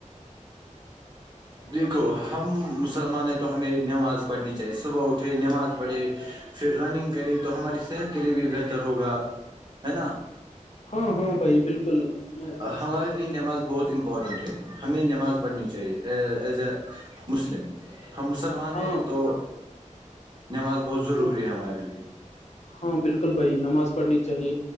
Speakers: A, on the right; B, on the left.
A: دیکھو ہم مسلمانیں تو ہمیں نماز پڑھنی چاہیے صبح اٹھے نماز پڑھے پھر رننگ کرے تو ہماری صحت کے لیے بھی بہتر ہوگا ہے نا
B: ہاں ہاں بھائی بالکل میں اپنی صحت
A: ہمارے
B: کا
A: لیے
B: خیال
A: نماز بہت امپورٹنٹ ہے ہمیں نماز پڑھنی چاہیے ایز اے مسلم ہم مسلمان
B: ہاں
A: ہیں تو نماز بہت ضروری
B: ہاں
A: ہے ہمارے لیے
B: ہاں بالکل بھائی نماز پڑھنی چاہیے